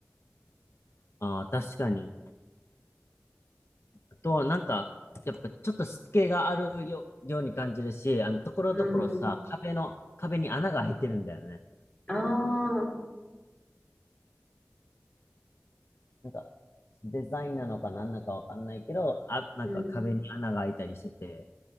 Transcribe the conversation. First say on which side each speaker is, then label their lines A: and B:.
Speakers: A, on the left (about 55°); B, on the left (about 25°).
A: あー、確かに。あとは、なんか、やっぱちょっとしつけがあるよ、ように感じるし、あの、ところどころさ、
B: うん。
A: 壁の、壁に穴が開いてるんだよね。
B: ああ、
A: なんか、デザインなのか何なのかわかんないけど、あ、なんか壁に穴が開いたりしてて、
B: うん、